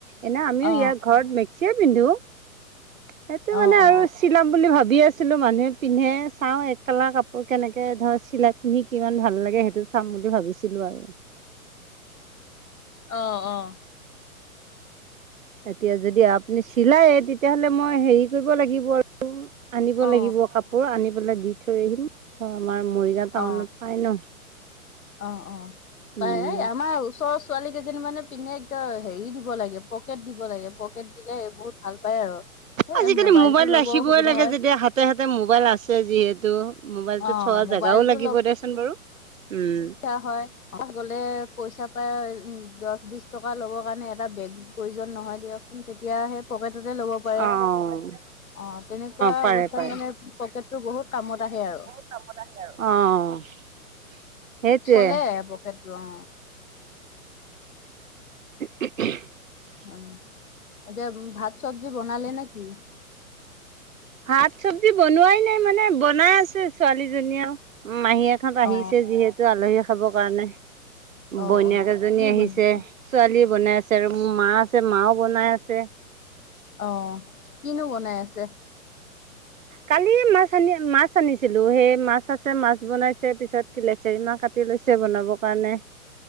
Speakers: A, on the right; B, on the left.
A: এনে আমিও
B: অ
A: য়াৰ ঘৰত মিক্সিয়ে পিন্ধো, সেইটো
B: অ
A: মানে
B: অ
A: আৰু চিলাম বুলি ভাবি আছিলো মানুহে পিন্ধে চাওঁ কালা কাপোৰ কেনেকে ধৰ চিলাই পিন্ধি কিমান ভাল লাগে সেইটো চাম বুলি ভাবিছিলো আৰু
B: অ অ
A: এতিয়া যদি আপুনি চিলায় তেতিয়াহলে মই হেৰি কৰিব লাগিব আৰু আনিব
B: অ
A: লাগিব কাপোৰ আনি পেলাই দি থৈ আহিম ধ আমাৰ মৰিগাও টাউনত
B: অ
A: চাই লও
B: অ অ পাই
A: উম
B: আমাৰ ওচৰ ওচ ছোৱালী কেইজনী মানে পিন্ধে একদম হেৰি দিব লাগে পকেট দিব লাগে পকেট দিলে এইবোৰ ভাল পাই আৰু সেয়ে
A: আজিকালি
B: মোবাইলতটো
A: মোবাইল
B: ল'ব
A: ৰাখিবই
B: অসুবিধা
A: লাগে
B: হয়
A: যেতিয়া হাতে হাতে মোবাইল আছে যিহেতু মোবাইলতটো
B: অ
A: থোৱা
B: মোবাইলটো
A: জেগাও লাগিব দেচোন বাৰু উম
B: ধা হয় গলে পইচা দহ বিছ টকা ল'বৰ কাৰণে এটা বেগ প্ৰয়োজন নহয় দিয়কচোন তেতিয়াহে পকেটতে ল'ব পাৰে
A: অ
B: অ তেনেকুৱা
A: পাৰে
B: অৱস্থাত
A: পাৰে
B: মানে পকেটটো বহুত কামত আহে আৰু
A: আহ আৰু আৰু অ সেইটোৱে
B: চলে পকেতটো অ
A: <inaudible>
B: উ এতিয়া ভাত চব্জি বনালে নে কি
A: ভাত চবজি বনোৱাই নাই মানে বনাই আছে ছোৱালীজনীয়ে আৰু মাহীয়েক ভাত আহিছে
B: অ
A: যিহেতু আলহী খাবৰ কাৰণে
B: অ
A: বইন
B: অ
A: কেইজনী
B: কি
A: আহিছে
B: বনাইছে
A: ছোৱালী বনাই আছে আৰু মোৰ মা আছে মাও বনাই আছে
B: অ কিনো বনাই আছে
A: কালিয়ে মাছ আনি মাছ আনিছিলো সেই মাছ আছে মাছ বনাইছে পিছত লেচেৰী মাহ কাটি লৈছে বনাবৰ কাৰণে